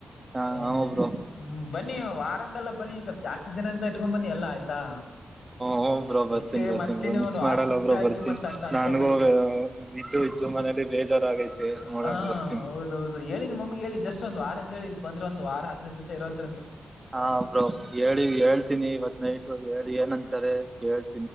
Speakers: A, on the right; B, on the left.
A: ಹಾ
B: ಹ
A: ಹಾ ಬ್ರೋ
B: ಹ್ಮ ಬನ್ನಿ ವಾರ ಅಂತೆಲ್ಲ ಬನ್ನಿ ಸ್ವಲ್ ಜಾಸ್ತಿ ದಿನ ಅಂತ ಇಟ್ಕೊಂಡ್ ಬನ್ನಿ ಎಲ್ಲ ಆಯ್ತಾ
A: ಹ ಬ್ರೋ ಬರ್ತೀನಿ
B: ಇಷ್ಟೇ
A: ಬರ್ತೀನಿ
B: ಮತ್ತನ
A: ಬ್ರೋ ಮಿಸ್
B: ಒಂದು
A: ಮಾಡಲ್ಲ
B: ಆರು ಪಿಕ್ಸ್
A: ಬ್ರೋ
B: ಆಗಿ
A: ಬರ್ತೀನಿ
B: ಮತ್ತ ಅಂತ ಅನ್ಕ
A: ನನ್ಗೂ
B: ಬಡಿ
A: ಇದ್ದು ಇದ್ದು ಮನೇಲಿ ಬೇಜಾರಾಗೈತೆ ನೋಡೋಣ
B: ಹ
A: ಬರ್ತೀನಿ
B: ಹೌದ ಹೌದು ಹೇಳಿ ನಿಮ್ಮ ಮಮ್ಮಗೆ ಹೇಳಿ ಇ ಜಸ್ಟ್ ಒಂದ ವಾರ ಅಂತ ಹೇಳಿ ಇ ಬಂದ್ರ ಒಂದ ವಾರ ಹದ್ನದು ದಿವಸ ಇರಂತ
A: ಹಾ ಬ್ರೋ ಹೇಳಿ ಹೇಳ್ತೀನಿ ಇವತ್ ನೈಟು ಹೇಳಿ ಏನಂತಾರೆ ಕೇಳ್ತಿ